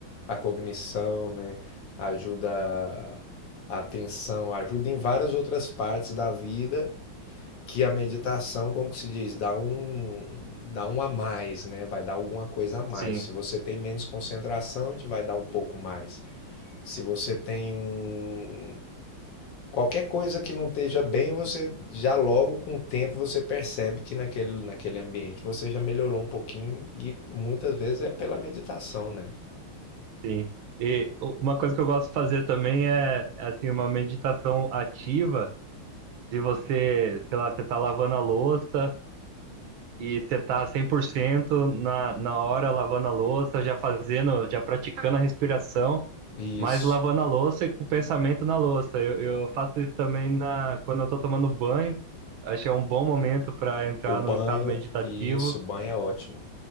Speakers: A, on the left (about 65°); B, on the right (about 75°).
A: a, a cognição, né? ajuda a atenção, ajuda em várias outras partes da vida Que a meditação, como que se diz, dá um, dá um a mais, né? Vai dar alguma coisa a mais.
B: Sim,
A: Se você tem menos concentração, te vai dar um pouco mais. Se você tem um qualquer coisa que não esteja bem, você já logo com o tempo você percebe que naquele, naquele ambiente você já melhorou um pouquinho e muitas vezes é pela meditação, né?
B: sim. E u- uma coisa que eu gosto de fazer também é, é, assim, uma meditação ativa, de você, sei lá, você tá lavando a louça e você tá 100% na, na hora lavando a louça, já fazendo, já praticando a respiração.
A: Isso.
B: Mas lavando a louça e com o pensamento na louça. Eu, eu faço isso também na, quando eu tô tomando banho. Acho que é um bom momento para entrar
A: O banho,
B: num estado meditativo.
A: isso, o banho é ótimo.